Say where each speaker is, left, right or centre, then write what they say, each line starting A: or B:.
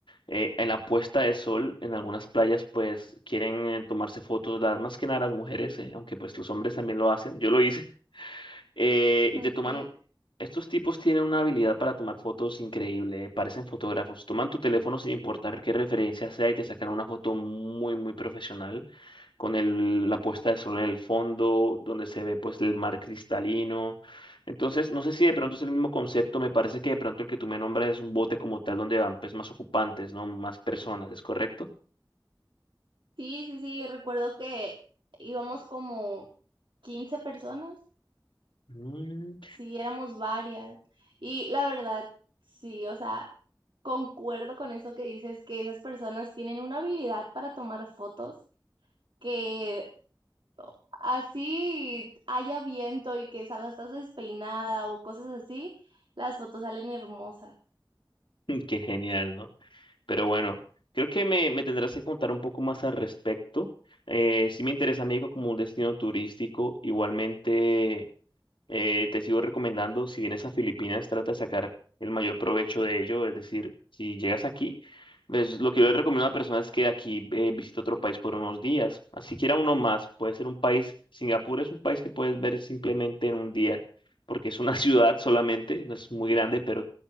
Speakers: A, on the left (about 90°); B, on the right (about 85°).
A: eh, en la puesta de sol, en algunas playas, pues quieren eh, tomarse fotos, las, más que nada las mujeres, eh, aunque pues los hombres también lo hacen. Yo lo hice. eh, y
B: Okay.
A: te toman un- Estos tipos tienen una habilidad para tomar fotos increíble, parecen fotógrafos. Toman tu teléfono sin importar qué referencia sea y te sacan una foto muy, muy profesional, con el- la puesta de sol en el fondo, donde se ve pues el mar cristalino. Entonces, no sé si de pronto es el mismo concepto, me parece que de pronto el que tú me nombras es un bote como tal, donde van pues más ocupantes, ¿no? Más personas, ¿es correcto?
B: Sí, sí, sí, recuerdo que íbamos como 15 personas,
A: Mm,
B: sí, éramos varias. Y la verdad, sí, o sea, concuerdo con eso que dices, que esas personas tienen una habilidad para tomar fotos que Así haya viento y que salgas toda despeinada o cosas así, las fotos salen hermosas.
A: <laughs> qué genial, ¿no? Pero bueno, creo que me, me tendrás que contar un poco más al respecto. Eh, sí me interesa México como un destino turístico. Igualmente, eh, te sigo recomendando, si vienes a Filipinas, trata de sacar el mayor provecho de ello. Es decir, si llegas aquí, pues, lo que yo le recomiendo a la persona es que de aquí eh, visite otro país por unos días. Así quiera uno más, puede ser un país. Singapur es un país que puedes ver simplemente en un día, porque es una <laughs> ciudad solamente, no es muy grande, pero